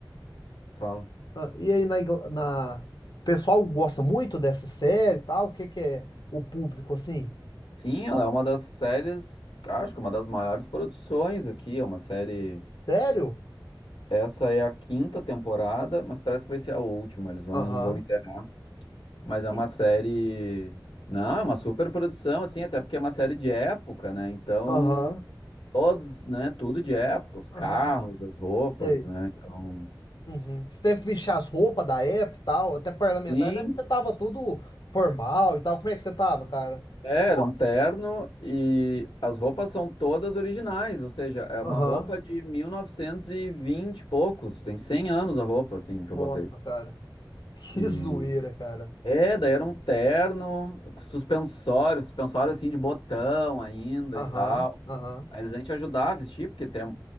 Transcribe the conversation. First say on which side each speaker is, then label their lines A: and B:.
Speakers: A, on the left; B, on the left.
A: Fala.
B: ah, e aí, na, Ingl- na... O pessoal gosta muito dessa série e tal? O que que é o público, assim?
A: Sim, ela é uma das séries, acho que uma das maiores produções aqui, é uma série.
B: Sério?
A: Essa é a quinta temporada, mas parece que vai ser a última. Eles vão,
B: Aham.
A: vão encerrar. Mas é
B: E-
A: uma série. Não, é uma super produção, assim, até porque é uma série de época, né? Então,
B: Aham,
A: todos, né? Tudo de época, os carros,
B: aham.
A: as roupas,
B: Sei.
A: né? Então.
B: Uhum. Você deve vestir as roupas da época e tal, até parlamentar,
A: Sim,
B: deve que você tava todo formal e tal. Como é que você tava, cara?
A: é,
B: Nossa,
A: era um terno e as roupas são todas originais, ou seja, é
B: aham.
A: uma roupa de 1920 e vinte e poucos, tem 100 anos a roupa, assim,
B: Nossa,
A: que eu botei.
B: cara. <laughs> Que
A: E
B: zoeira, cara.
A: É, daí era um terno, suspensório, suspensório assim de botão ainda
B: Aham,
A: e tal.
B: aham.
A: Aí eles vêm te ajudar a vestir, porque tem,